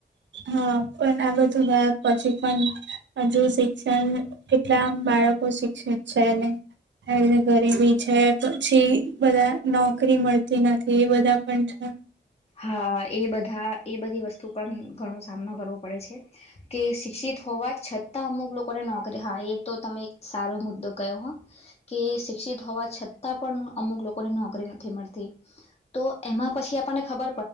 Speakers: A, on the right; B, on the left.
A: હા પણ આ બધું વા પછી પણ હજુ શિક્ષણ કેટલા બાળકો શિક્ષિત છે ને ગરીબી છે પછી બધા નોકરી મળતી નથી એ બધા પણ છે
B: હા એ બધા એ બધી વસ્તુ પણ ઘણો સામનો કરવો પડે છે કે શિક્ષિત હોવા છતાં અમુક લોકોને નોકરી હા એ તો તમે એક સારો મુદ્દો કયો હ કે શિક્ષિત હોવા છતાં પણ અમુક લોકોને નોકરી નથી મળતી હ તો એમાં પછી આપણને ખબર